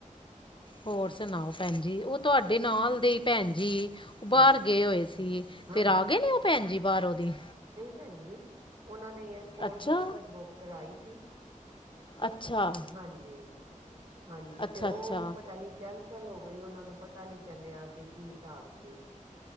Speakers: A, on the left (about 40°); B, on the right (about 60°).
A: ਹੋਰ ਸੁਨਾਓ ਭੈਣ ਜੀ? ਉਹ ਤੁਆਡੇ ਨਾਲ ਦੇ ਭੈਣ ਜੀ ਬਾਰ
B: ਹਾਂਜੀ
A: ਗਏ ਹੋਏ ਸੀ
B: ਹਾਂਜੀ
A: ਫੇਰ ਆ ਗਏ ਨੇ ਉਹ ਭੈਣ ਜੀ ਬਾਰੋ ਦੀ?
B: ਭੈਣਜੀ ਉਹਨਾਂ ਨੇ ਏਅਰਪੋਰਟ
A: ਅੱਛਾ
B: ਦੀ ਟਿਕਟ ਬੁੱਕ ਕਰਾਈ ਸੀ।
A: ਅੱਛਾ
B: ਹਾਂਜੀ-ਹਾਂਜੀ,
A: ਅੱਛਾ
B: ਤੇ
A: ਅੱਛਾ
B: ਉ ਪਤਾ ਨੀ ਕੇਨ ਅਸਲ ਹੋ ਗਈ ਉਹਨਾਂ ਨੂੰ ਪਤਾ ਨੀ ਚੱਲਿਆ ਕਿ ਕੀ ਹਿਸਾਬ ਸੀ